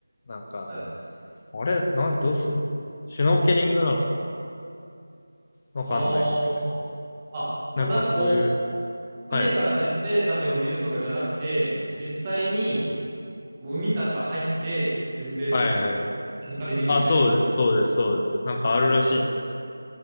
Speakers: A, on the left; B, on the right.
A: なんか、
B: はい。
A: あれ、なん、どうすんだろう。シュノーケリングなのか。わかんないですけど。
B: ああ、あ、
A: なんかそういう、
B: もうなんかこう、
A: はい。
B: 船からジンベエザメを見るとかじゃなくて、もう実際に、もう海の中入って、ジンベエザメ、
A: はいはい。
B: イルで見るみたいな。
A: あ、そうです、そうです、そうです。なんかあるらしいんですよね。